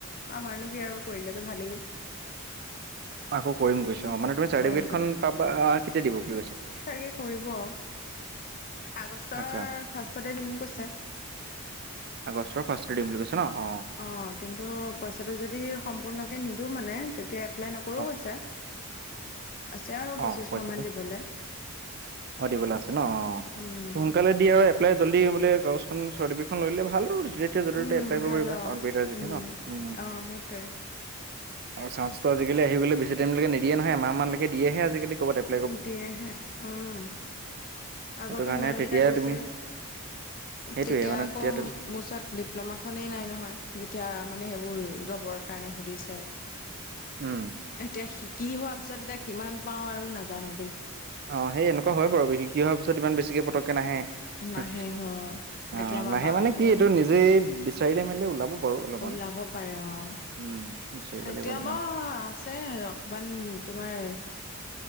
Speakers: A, on the left; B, on the right.
A: আমাৰনো কি আৰু কৰিলেতো ভালেই।
B: অকৌ কৰিম কৈছে অ' মানে তুমি ছাটি
A: কৰিম
B: বিগেত খন পাবা কেতিয়া দিব বুলি কৈছে।
A: কে কৰিব আও আগষ্টৰ
B: আচ্ছা,
A: ফাৰ্ষ্টতে দিম কৈছে।
B: আগষ্টৰ ফাৰ্ষ্টতে দিম বুলি কৈছে ন অঁ'।
A: অঁ কিন্তু পইচাটো যদি সম্পূৰ্ণকে নিদো মানে তেতিয়া এপ্লাই নকৰোঁ
B: অ',
A: কৈছে। আছে আৰু
B: অঁ
A: পঁচিছশ
B: পইচাটো
A: মান দিবলে।
B: অঁ দিবলে আছে ন অঁ।
A: উম।
B: সোনকালে দি আৰু এপ্লাই জল্দি বোলে কাগজখন চাৰ্টিফেকেটখন লৈ ল'লে ভাল আৰু যেতিয়া তেতিয়া য'তে
A: উম,
B: ত'তে তে এপলাই কৰিব
A: ভাল
B: পাৰিবা
A: আৰু
B: কম্পিউটাৰ যতিয়া
A: উম,
B: ন অঁ।
A: অ' সেইটোৱে।
B: আৰু চান্সতো আজিকালি আহিবলে বেছি টাইমলৈকে নিদিয়ে নহয় এমাহ মানলৈকে দিয়েহে আজিকালি ক'ৰবাত এপ
A: দিয়েহে উম' আগতো
B: সেইটো কাৰণে
A: ইমান
B: তেতিয়াই
A: কেইটা গৈছে
B: তুমি সেইটোয়ে
A: তেতিয়া
B: মানে
A: আকৌ
B: তুমি
A: ম মো ওচত ডিপ্ল'মাখনেই নাই নহয় যেতিয়া মানে সেইবোৰ জবৰ কাৰণে সুধিছে।
B: উম।
A: এতিয়া শিকি হোৱা পিছত এতিয়া কিমান পাওঁ আৰু নাজানো দেই।
B: অঁ সেই এনেকুৱা হয় বাৰু শিকি অহাৰ পিছত ইমান বেছিকৈ পটকৈ নাহে।
A: নাহে
B: হে
A: হ এতিয়া
B: অঁ
A: আমাৰ
B: নাহে
A: বাহঁতেও
B: মানে কি এইটো
A: ধৰ
B: নিজেই বিচাৰিলে মেলিলে ওলাব বাৰু অলপমান।
A: ওলাব পাৰে অঁ
B: উম, বিচাৰিব
A: এতিয়া
B: লাগিব অলপমান
A: ম আছ যে অকমান তোমাৰ